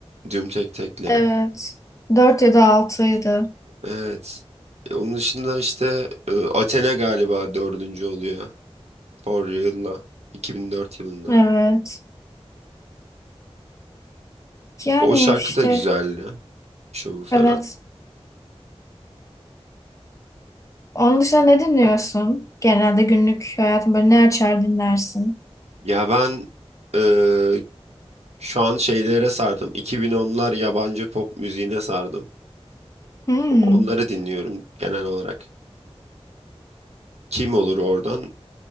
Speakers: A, on the right; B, on the left.
A: Düm tek tekle.
B: Evet. 4 ya da 6'ydı.
A: Evet. E, Onun dışında işte e, Athena galiba dördüncü oluyor. For Real'la. 2004 yılında.
B: Evet. Yani
A: O şarkı
B: işte
A: da güzeldi. Şovu falan.
B: evet. Onun dışında ne dinliyorsun? Genelde günlük hayatın böyle ne açar dinlersin?
A: Ya ben e, şu an şeylere sardım. 2010'lar yabancı pop müziğine sardım.
B: Hmm,
A: Onları dinliyorum genel olarak. Kim olur oradan?